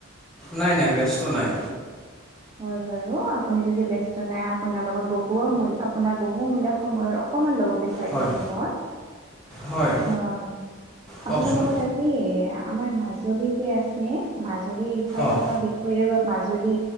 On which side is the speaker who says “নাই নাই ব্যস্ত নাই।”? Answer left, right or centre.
Centre